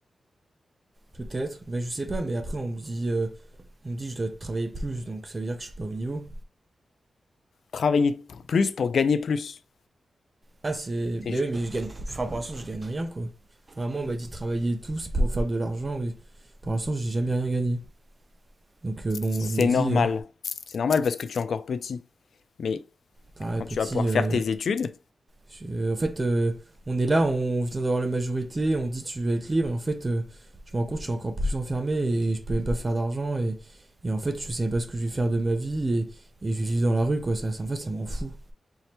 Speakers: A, on the right; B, on the left.
A: Peut-être, ben je sais pas, mais après on me dit, euh, on me dit que je dois travailler plus, donc ça veut dire que je suis pas au niveau.
B: Travailler plus pour gagner plus,
A: Ah c'est,
B: c'est
A: mais oui, mais je gagne, enfin pour l'instant je gagne rien quoi. Enfin moi on m'a dit de travailler et tout, c'est pour faire de l'argent, oui. Pour l'instant j'ai jamais rien gagné. Donc euh, bon,
B: c'est
A: je me dis,
B: normal.
A: euh,
B: C'est normal parce que tu es encore petit. Mais
A: enfin
B: quand
A: ouais, petit,
B: tu vas pouvoir
A: euh,
B: faire tes études,
A: je- euh, en fait euh, on est là, on vient d'avoir la majorité, on dit tu vas être libre, et en fait euh, je me rends compte que je suis encore plus enfermé et je peux même pas faire d'argent et, et en fait je sais même pas ce que je vais faire de ma vie et, et je vais vivre dans la rue quoi, ça, ça en fait ça me rend fou.